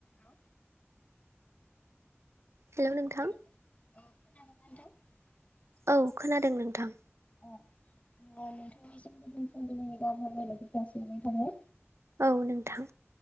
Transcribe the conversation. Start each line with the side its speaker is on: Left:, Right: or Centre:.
Left: औ
Right: हेलौ नोंथां।
Left: <inaudible>
Right: औ खोनादों नोंथां।
Left: अ नोंथांनिसिम फुंबिलिनि गाहाम हामलायनायखौ जासिहरनाय थाबाय।
Right: औ नोंथां।